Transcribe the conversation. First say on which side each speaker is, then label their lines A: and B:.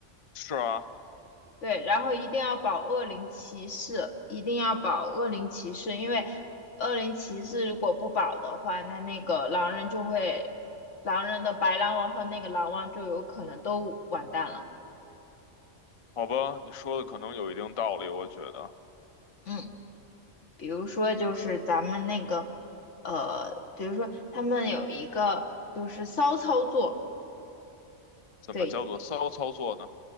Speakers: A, on the left (about 40°); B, on the left (about 75°).
A: 是啊，
B: 对，然后一定要保恶灵骑士，一定要保恶灵骑士，因为恶灵骑士如果不保的话，那那个狼人就会，狼人的白狼王和那个狼王就有可能都完蛋了。
A: 好吧，你说的可能有一定道理，我觉得。
B: 嗯，比如说就是咱们那个，呃，比如说他们有一个就是骚操作，
A: 怎么叫做骚操作呢？
B: 对，